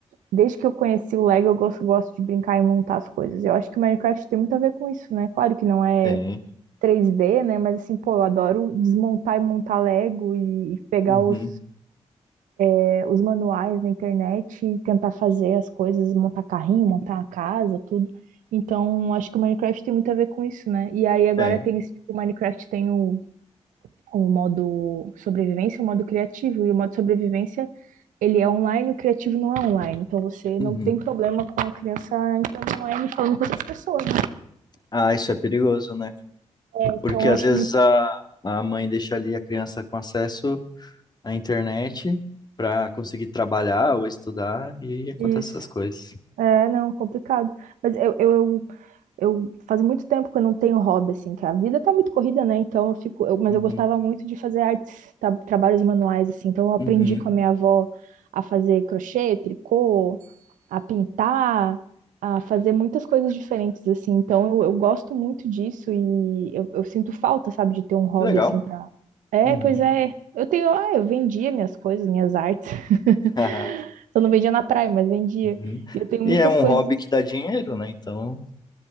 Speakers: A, on the right; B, on the left.
A: desde que eu conheci o Lego, eu gosto, gosto de brincar e montar as coisas. Eu acho que o Minecraft tem muito a ver com isso, né? Claro que não é
B: tem,
A: 3D, né? Mas assim, pô, eu adoro desmontar e montar Lego e e pegar
B: uhum,
A: os é, os manuais na internet e tentar fazer as coisas, montar carrinho, montar uma casa, tudo. Então, acho que o Minecraft tem muito a ver com isso, né? E aí agora
B: tem,
A: tem esse, tipo, o Minecraft tem o, o modo sobrevivência, o modo criativo, e o modo sobrevivência ele é online, o criativo não é online. Então você
B: uhum.
A: não tem problema com a criança entrando online e falando com outras pessoas, né?
B: Ah, isso é perigoso, né?
A: Então
B: Porque
A: eu
B: às
A: acho
B: vezes
A: muito
B: a, a mãe deixa ali a criança com acesso à internet para conseguir trabalhar ou estudar e acontece
A: isso.
B: essas coisas.
A: É, não, complicado. Mas eu, eu, eu faz muito tempo que eu não tenho hobby, assim, que a vida tá muito corrida, né? Então eu fico, eu- mas
B: Uhum.
A: eu gostava muito de fazer artes, tá, trabalhos manuais, assim. Então eu aprendi
B: Uhum.
A: com a minha avó a fazer crochê, tricô, a pintar, a fazer muitas coisas diferentes, assim. Então eu, eu gosto muito disso e eu, eu sinto falta, sabe, de ter um hobby,
B: Que legal.
A: assim, pra... É,
B: Uhum.
A: pois é. Eu tenho, ah, eu vendia minhas coisas, minhas artes. <laughs>
B: <laughs>
A: Eu não vendia na praia, mas vendia.
B: Uhum.
A: E eu tenho
B: E
A: muitas
B: é um
A: coisas
B: hobby que dá dinheiro, né? Então,